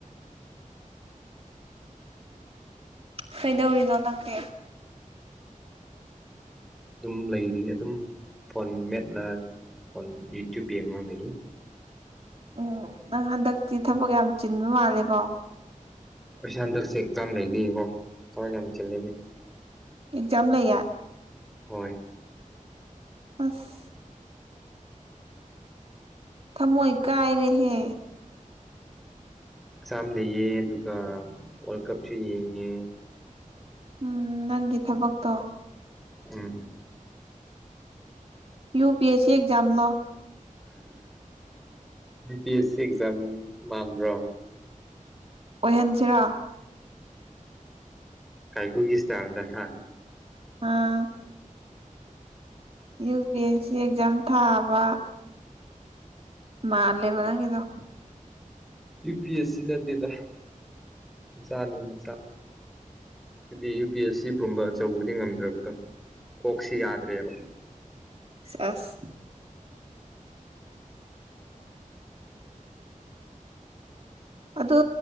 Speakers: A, on the right; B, in the centre.
A: ꯀꯩꯗꯧꯔꯤꯅꯣ ꯅꯪꯗꯤ
B: ꯑꯗꯨꯝ ꯂꯩꯔꯤ ꯑꯗꯨꯝ ꯐꯣꯟ ꯃꯦꯠꯂꯥ ꯐꯣꯟ ꯌꯨꯇ꯭ꯌꯨꯕ ꯌꯦꯡꯉꯥꯡꯗꯒꯤ
A: ꯎꯝ ꯅꯪ ꯍꯟꯗꯛꯇꯤ ꯊꯕꯛ ꯌꯥꯝ ꯆꯤꯟꯕ ꯃꯥꯜꯂꯦꯀꯣ
B: ꯑꯁ ꯍꯟꯗꯛꯁꯦ ꯑꯦꯛꯖꯥ ꯌꯥꯝ ꯂꯩꯕꯩ ꯀꯣ ꯊꯋꯥꯏ ꯌꯥꯝ ꯆꯤꯜꯂꯤꯅꯤ
A: ꯑꯦꯛꯖꯥꯝ ꯂꯩꯌ‌ꯦ
B: ꯍꯣꯏ
A: ꯑꯁ ꯊꯃꯣꯏ ꯀꯥꯏꯔꯦꯍꯦ
B: ꯑꯦꯛꯖꯥꯝ ꯂꯩꯌꯦ ꯑꯗꯨꯒ ꯋꯥꯔꯜ ꯀꯞꯁꯨ ꯌꯦꯡꯉꯤ
A: ꯎꯝ ꯅꯪꯒꯤ ꯊꯕꯛꯇꯣ
B: ꯎꯝ
A: U P S C exam ꯂ‌ꯣ
B: U P S C exam ꯃꯥꯟꯕ꯭ꯔꯣ
A: ꯑꯣꯏꯍꯟꯁꯤꯔ‌ꯣ
B: ꯀꯥꯏꯀꯨꯒꯤ ꯁꯇꯥꯏꯂꯗ ꯍꯥ
A: ꯑꯥ U P S C exam ꯊꯥꯕ ꯃꯥꯂꯦꯕ ꯅꯪꯪꯒꯤꯗ‌ꯣ
B: ꯌꯨ ꯄꯤ ꯑꯦꯁ ꯁꯤ ꯅꯠꯇꯦꯗ ꯃꯆꯥꯅꯦ ꯃꯆꯥ ꯍꯥꯏꯗꯤ ꯌꯨ ꯄꯤ ꯑꯦꯁ ꯁꯤ ꯒꯨꯝꯕ ꯑꯆꯧꯕꯗꯤ ꯉꯝꯗ꯭ꯔꯕꯗꯣ ꯀꯣꯛꯁꯤ ꯌꯥꯗ꯭ꯔꯦꯕ
A: ꯆ‌ꯦꯁ ꯑꯗꯨ